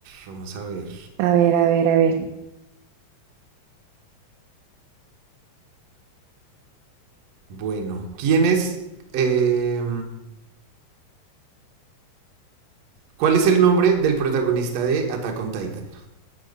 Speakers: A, on the right; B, on the right.
A: vamos a ver.
B: A ver, a ver, a ver.
A: Bueno, ¿quién es? eh, ¿Cuál es el nombre del protagonista de Attack on Titan?